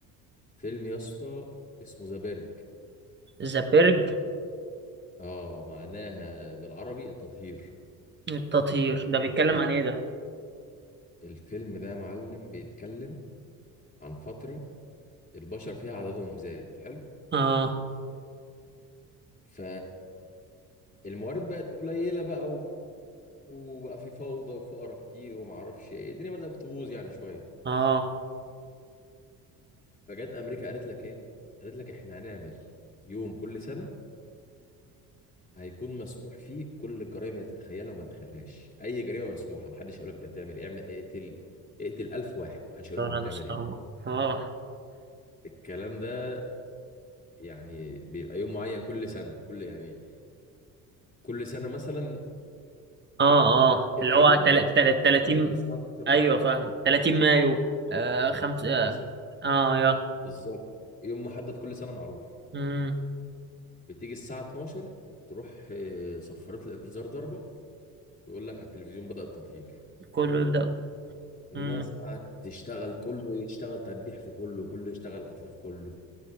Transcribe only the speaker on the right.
ذا بيرج
التطهير ده بيتكلم عن ايه ده
اه
اه
ليوناردو
ستارما
اه
اه
اه
اللي
هو تل-
تل-
30
ايوه فاهمه 30 مايو آه خمسة
اه آه، يلا
امم
كله يبدأ
امم